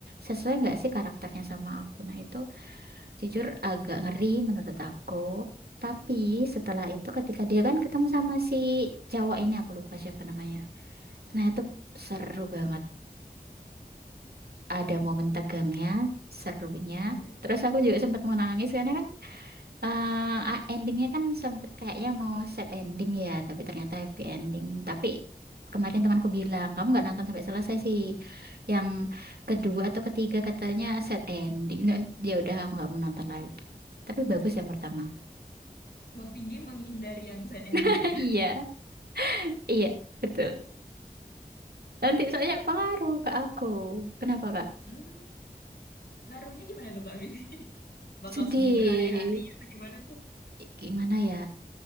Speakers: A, on the right; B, on the left.
A: sesuai nggak sih karakternya sama aku. Nah itu jujur agak ngeri menurut aku. Tapi setelah itu ketika dia kan ketemu sama si cowok ini aku lupa siapa namanya. Nah itu seru banget. Ada momen tegangnya,
B: <laughs>
A: serunya.
B: Hmm?
A: Terus aku juga sempat mau nangis karena kan Eh, ah, endingnya kan sempet kayaknya mau set ending ya, tapi ternyata happy ending. Tapi kemarin temanku bilang, kamu nggak nonton sampai selesai sih. Yang kedua atau ketiga katanya set ending. Dan Ya udah aku nggak mau nonton lagi. Tapi bagus yang pertama.
B: Kak Vindi menghindari yang sad
A: <laughs>
B: ending ya.
A: Iya, iya, betul. Nanti
B: <laughs> Tapi,
A: soalnya pengaruh ke aku. Kenapa, Kak?
B: hmm. Ngaruhnya gimana tuh Kak Bini? <laughs> Bakal
A: Sedih.
B: sedih berhari-hari atau gimana tuh?
A: Gimana ya?